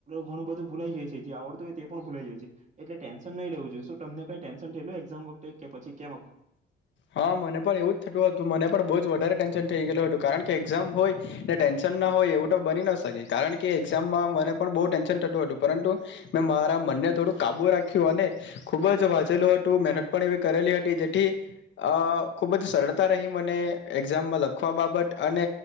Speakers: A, on the right; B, on the left.
A: ઘણું બધું ભૂલાઈ જાય છે જે આવડતું હોય તે પણ ભૂલાઈ જાય છે એતલે ટેન્શન નહી લેવ જોએ શું તમને કઈ ટેન્શન થામ વખતે કે પછી વત
B: હા મને પણ એવું જ થતું હતું મને પણ બવ વધારે ટેન્શન થઈ ગયેલુ હતું કારણ કે એક્ઝામ હોય ને ટેન્શન ના હોય એવું તો બની ન શકે કારણ કે એક્ઝામમાં મને પણ બહુ ટેન્શન થતું હતું પરંતુ મેં મારા મનને થોડું કાબુ રાખ્યું અને ખુબ જ વાંચેલું હતું મહેનત પણ એવી કરેલી હતી જેથી અ ખૂબ જ સરળતા રહી મને એક્ઝામમાં લખવા બાબત અને